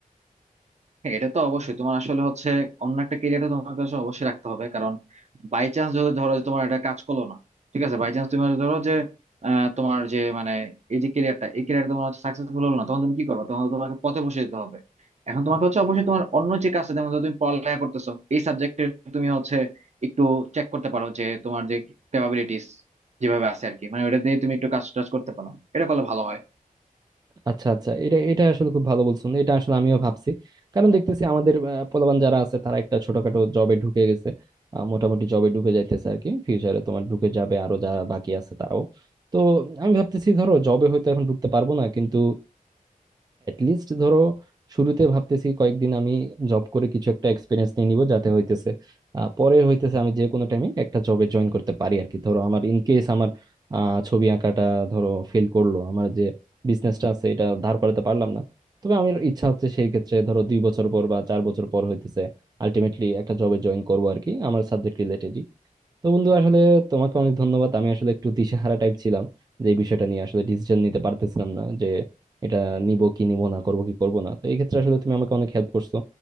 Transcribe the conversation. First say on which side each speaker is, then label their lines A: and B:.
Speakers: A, on the right; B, on the right.
A: হ্যাঁ, এটা তো অবশ্যই তোমার আসলে হচ্ছে অন্য একটা কেরিয়ার তোমার কাছে অবশ্যই রাখতে হবে কারণ বাই চান্স যদি ধরো যে তোমার এটা কাজ করলো না ঠিক আছে বাই চান্স তুমি হয়তো ধরো যে আহ, তোমার যে মানে এই যে কেরিয়ারটা এই কেরিয়ারটা তোমার হচ্ছে সাকসেসফুল হলো না তখন তুমি কি করবে তখন তো তোমাকে পথে বসে যেতে হবে এখন তোমাকে হচ্ছে অবশ্যই তোমার অন্য যে কাজটা যেমন ধরো তুমি পড়ালেখা করতেছো এই সাবজেক্টে তুমি হচ্ছে একটু চেক করতে পারো যে তোমার যে ক্যাপাবিলিটিস যেভাবে আছে আর কি মানে ওটা দিয়ে তুমি একটু কাজ টাজ করতে পারো এটা করলে ভালো হয়
B: আচ্ছা আচ্ছা এটা এটা আসলে খুব ভালো বলছেন এটা আসলে আমিও ভাবছি কারণ দেখতেছি আমাদের আহ, পোলাপান যারা আছে তারা একটা ছোটখাটো জবে ঢুকে গেছে আহ, মোটামুটি জবে ঢুকে যাইতেছে আর কি ফিউচারে তোমার ঢুকে যাবে আরো যারা বাকি আছে তারাও তো আমি ভাবতেছি ধরো জবে হয়তো এখন ঢুকতে পারবো না কিন্তু লিস্ট ধরো শুরুতে ভাবতেছি কয়েকদিন আমি জব করে কিছু একটা এক্সপিরিয়েন্স নিয়ে নিব যাতে হইতেছে আহ, পরে হইতেছে আমি যে কোনো টাইমে একটা জবে জয়েন করতে পারি আর কি ধরো আমার ইন কেস আমার আহ, ছবি আঁকাটা ধরো ফেল করলো আমার যে বিজনেসটা আছে এটা ধার করাতে পারলাম না তবে আমার ইচ্ছা হচ্ছে সেই ক্ষেত্রে ধরো দুই বছর পর বা চার বছর পর হইতেছে আলটিমেটলি একটা জবে জয়েন করবো আর কি আমার সাবজেক্ট রিলেটেড তো বন্ধু আসলে তোমাকে অনেক ধন্যবাদ আমি আসলে একটু দিশেহারা টাইপ ছিলাম যে এই বিষয়টা নিয়ে আসলে ডিসিশন নিতে পারতেছিলাম না যে এটা নিব কি নিব না করব কি করব না তো এই ক্ষেত্রে আসলে তুমি আমাকে অনেক হেল্প করছো